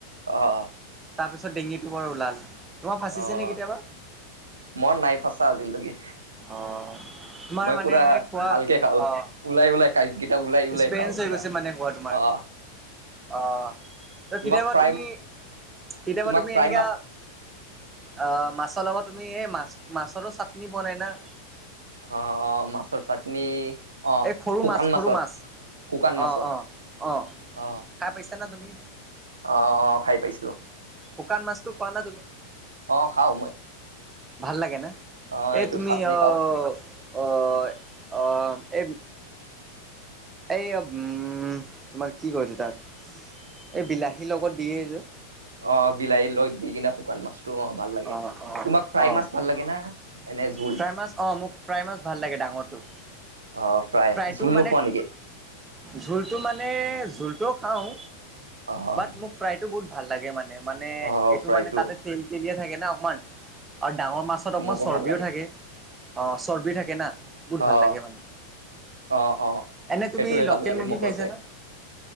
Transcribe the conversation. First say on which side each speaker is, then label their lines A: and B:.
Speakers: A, on the right; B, on the right.
A: অ',
B: তাৰপিছত ডিঙিটো পৰা ওলাল। তোমাৰ ফাঁচিছে
A: অ',
B: নে কেতিয়াবা
A: মই নাই ফচা আজিলৈকে।
B: অ'। তোমাৰ
A: মই
B: মানে
A: পুৰা
B: খোৱা অ'
A: ভালকে খাওঁ। ওলাই ওলাই কাঁইট কেইটা ওলাই ওলাই
B: এক্সপিৰিয়েঞ্চ
A: খাওঁ পুৰা
B: হৈ গৈছে মানে খোৱা তোমাৰ।
A: অ',
B: অ', কেতিয়াবা
A: তোমাক ফ্ৰাই
B: তুমি কেতিয়াবা
A: তোমাক
B: তুমি
A: ফ্ৰাই
B: এনেকা
A: মাছ
B: অ' মাছৰ লগত তুমি এই মাছ মাছৰো চাটনি বনাই না।
A: অ', অ', মাছৰ চাটনি অ'
B: এই সৰু
A: শুকান
B: মাছ সৰু
A: মাছৰ
B: মাছ
A: শুকান
B: অ'
A: মাছৰ।
B: অ' অ'
A: অ'।
B: খাই পাইছানা তুমি?
A: অ', অ', খাই পাইছোঁ।
B: শুকান মাছতো খোৱা না তুমি?
A: অ', খাওঁ মই
B: ভাল লাগে নে,
A: অ',
B: এই
A: এইটোৰ
B: তুমি
A: চাটনি
B: অহ
A: খাওঁ।
B: অ', অ', এই এই অব উম, তোমাৰ কি কয় সেইটো তাত, এই বিলাহীৰ লগত দিয়ে যে।
A: অ' বিলাহীৰ লগত দি কিনে শুকান মাছটো অ' ভাল লাগে
B: অ' অ'
A: তোমাক ফ্ৰাই
B: অ'
A: মাছ ভাল লাগে না? এনে জোল
B: ফ্ৰাই মাছ অ' মোক ফ্ৰাই মাছ ভাল লাগে ডাঙৰটো।
A: অ' ফ্ৰাই,
B: ফ্ৰাইটো
A: জোল
B: মানে
A: নোখোৱা নেকি?
B: জোলটো মানে জোলটোও খাওঁ,
A: অ',
B: বাট মোক ফ্ৰাইটো বহুত ভাল লাগে মানে মানে
A: অ',
B: এইটো
A: ফ্ৰাইটো
B: মানে তাতে তেল তেলিয়া থাকে না অকমান। আৰু ডাঙৰ মাছত অকণমান
A: মোকো
B: চৰ্বিও
A: ভাল লাগে
B: থাকে, অ' চৰ্বিও থাকে না বহুত
A: অ',
B: ভাল লাগে মানে।
A: অ', অ',
B: এনে
A: সেইটোয়ে
B: তুমি লোকেল
A: ভাল লাগে
B: মুৰ্গী
A: মুখোছে।
B: খাইছা না